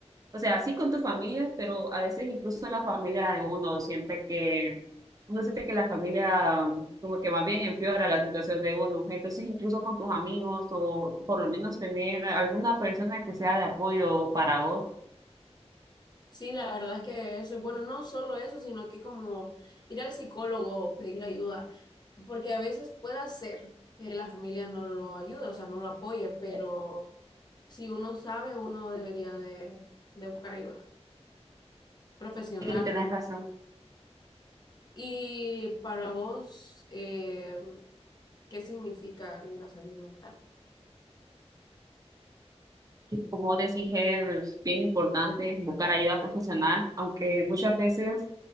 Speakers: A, on the right (about 30°); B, on the left (about 40°).
A: o sea, sí con tu familia, pero a veces incluso la familia de uno siente que, uno siente que la familia ah, como que más bien empeora la situación de uno. Entonces, incluso con tus amigos o por lo menos tener alguna persona que sea de apoyo para vos.
B: Sí, la verdad es que eso es bueno, no solo eso, sino que como ir al psicólogo, pedir ayuda, porque a veces puede ser que la familia no lo ayude, o sea, no lo apoye, pero si uno sabe, uno debería de, de buscar ayuda profesional.
A: Y tenés razón,
B: Y para vos, eh, ¿qué significa la salud mental?
A: como vos decís, es bien importante buscar ayuda profesional, aunque muchas veces